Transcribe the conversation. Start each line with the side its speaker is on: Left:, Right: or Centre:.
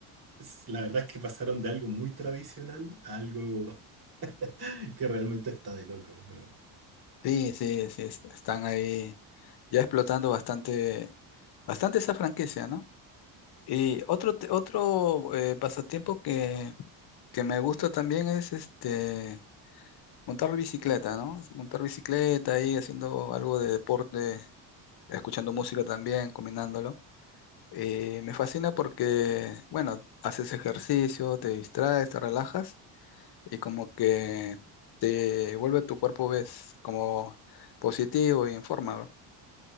Right: es- la verdad es que pasaron de algo muy tradicional a algo <laughs> que realmente está de loco, ¿no?
Left: Sí, sí, sí, es- están ahí ya explotando bastante, bastante esa franquicia, ¿no? Y otro, te- otro eh, pasatiempo que, que me gusta también es este montar bicicleta, ¿no? Montar bicicleta ahí haciendo algo de deporte, escuchando música también, combinándolo. Eh, me fascina porque, bueno, haces ejercicio, te distraes, te relajas y como que te vuelve tu cuerpo, ves, como positivo y en forma. ¿no?